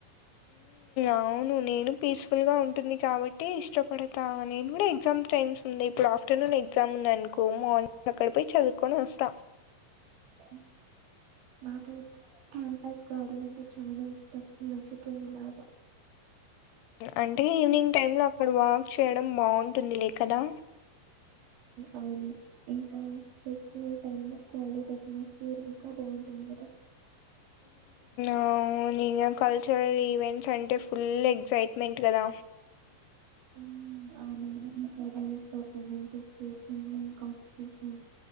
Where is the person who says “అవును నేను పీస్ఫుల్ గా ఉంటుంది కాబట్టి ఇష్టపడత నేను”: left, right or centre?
Left